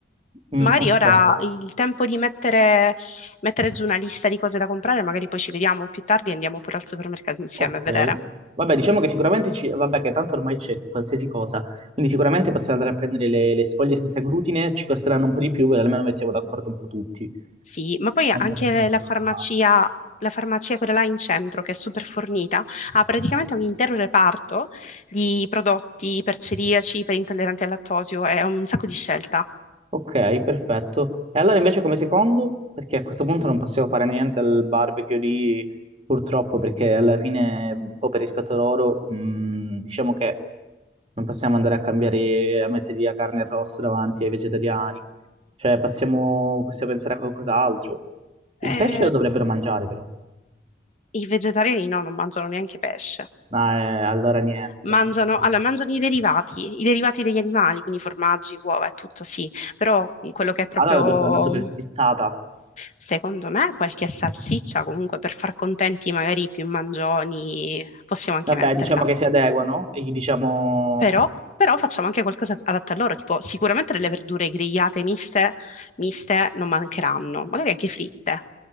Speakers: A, on the right; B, on the left.
A: Mm,
B: Magari
A: ok.
B: ora il tempo di mettere, mettere giù una lista di cose da comprare, magari poi ci vediamo più tardi e andiamo pure al supermercato insieme
A: Ok,
B: a vedere.
A: vabbè, diciamo che sicuramente ci... vabbè, che tanto ormai c'è qualsiasi cosa, quindi sicuramente possiamo andare a prendere le, le sfoglie senza glutine, ci costeranno un po' di più, però almeno mettiamo d'accordo un po' tutti.
B: Sì, ma poi
A: Tanto
B: anche
A: alla fine siamo
B: la farmacia,
A: alla base.
B: la farmacia quella là in centro, che è super fornita, ha praticamente un intero reparto di prodotti per celiaci, per intolleranti al lattosio, è un sacco di scelta.
A: Ok, perfetto. E allora invece come secondo? Perché a questo punto non possiamo fare niente al barbecue lì, purtroppo, perché alla fine, un po' per rispetto loro, mh, diciamo che Non possiamo andare a cambiare, a mettere la carne e rosso davanti ai vegetariani. Cioè, passiamo- possiamo pensare a qualcos'altro. Il
B: Eh,
A: pesce lo dovrebbero mangiare, però.
B: i vegetariani no, non mangiano neanche pesce.
A: Ah, eh, allora niente,
B: Mangiano,
A: non possiamo.
B: allora, mangiano i derivati, i derivati degli animali, quindi formaggi, uova e tutto, sì, però quello che è proprio,
A: Allora dobbiamo fare una super frittata.
B: secondo me, qualche salsiccia, comunque per far contenti magari i più mangioni, possiamo anche
A: Vabbè,
B: metterla.
A: diciamo che si adeguano e gli diciamo...
B: Però, però facciamo anche qualcosa adatto a loro, tipo sicuramente delle verdure grigliate miste, miste non mancheranno, magari anche fritte.